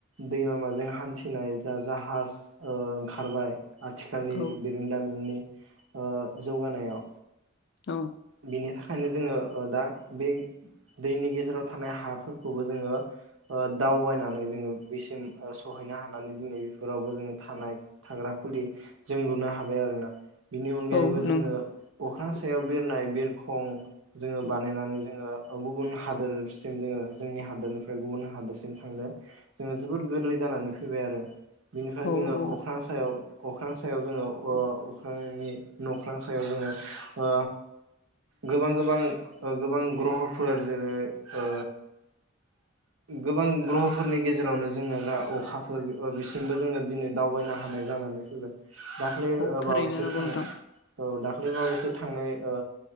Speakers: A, on the right; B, on the left.
A: दै लामाजों हान्थिनाय जा जाहाज ओ ओंखारबाय आथिखालनि
B: औ
A: बिरोंदामिननि जौगानायाव
B: औ
A: बिनि थाखाय बेखायनो जोङो ओ दा बे दैनि गेजेराव थानाय हाफोरखौबो जोङो ओ दावबायनानै जोङो बेसिम ओ स सहैनो हानानै दिनै रावबो जोङो थानाय थाग्रा खुलि जों लुनो हाबाय आरोना बिनि अनगायैबो
B: औ नंगौ
A: जोङो अख्रां सायाव बिरनाय बिरखं जोङो बानायनानै जोङो गुबुन हादोरसिम जोङो जोंनि हादनिफ्राय गुबुन हादोरसिम थांनो जोङो जोबोर गोरलै जानानै फैबाय आरो बिनिफ्राय
B: औ
A: जोङो
B: औ
A: अख्रां सायाव अख्रां सायाव जोङो ओ‌ अख्रांनि न'ख्रां सायाव जोङो ओ गोबां गोबां ओ गोबां ग्रह'फोर जेरै ओ गोबां ग्रहफोरनि गेजेरावनो जोंना दा अखाफोर ओ बिसिमबो जोङो दिनै दावबायनो हानाय जानानै फैबाय दाख्लै ओ
B: औ थारैनो
A: बावैसो
B: नंगौ
A: थां
B: नोंथां
A: औ दाख्लै बावैसो थांनाय ओ